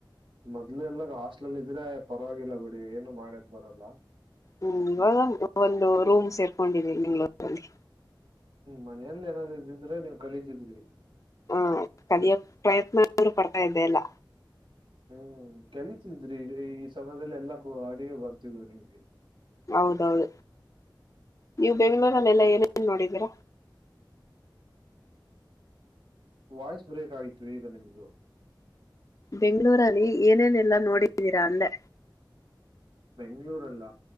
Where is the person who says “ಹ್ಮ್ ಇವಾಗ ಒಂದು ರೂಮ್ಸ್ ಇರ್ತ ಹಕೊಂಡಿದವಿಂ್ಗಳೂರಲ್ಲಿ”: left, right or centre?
Left